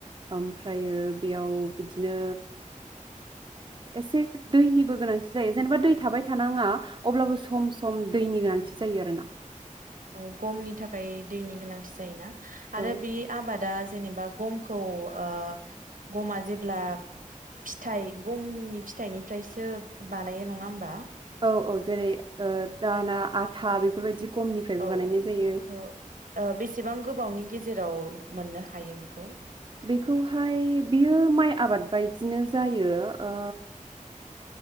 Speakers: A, on the right; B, on the right.
A: ओमफ्रायो बेयाव बिदिनो एसे दैनिबो गोनांथि जायो जेनेबा दै थाबाय थानाङा अब्लाबो सम सम दैनि गोनांथि जायो आरोना।
B: औ गमनि थाखाय दैनि गोनांथि जायोना? आरो
A: औ
B: बे आबादा जेनेबा गमखौ ओ गमा जेब्ला फिथाइ गमनि फिथाइनिफ्रायसो बानायो नङा होमबा?
A: औ औ जेरै ओ दाना आथा बेफोरबायदि गमनिफ्रायबो
B: औ
A: बानायनाय जायो
B: औ बेसेबां गोबावनि गेजेराव मोननो हायो बेखौ।
A: बेखौहाय बियो माइ आबाद बायदिनो जायो ओ